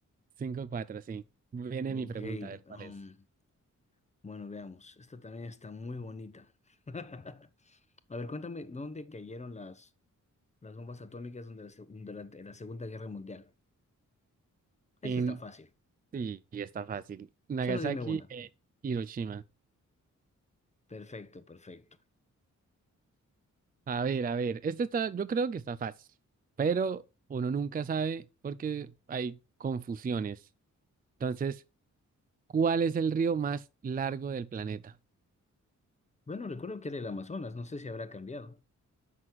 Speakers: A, on the right; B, on the left.
A: cinco cuatro sí. Viene
B: Ok,
A: mi pregunta, a ver
B: um,
A: cuál es.
B: bueno, veamos. Esta también está muy bonita. <laughs> A ver, cuéntame, ¿dónde cayeron las, las bombas atómicas donde la se- durante la Segunda Guerra Mundial? Esa
A: Y,
B: está fácil.
A: sí, y está fácil. Nagasaki
B: Solo dime una.
A: e Hiroshima.
B: Perfecto, perfecto.
A: A ver, a ver, este está, yo creo que está fácil, pero uno nunca sabe porque hay confusiones. Entonces, ¿cuál es el río más largo del planeta?
B: Bueno, recuerdo que era el Amazonas, no sé si habrá cambiado.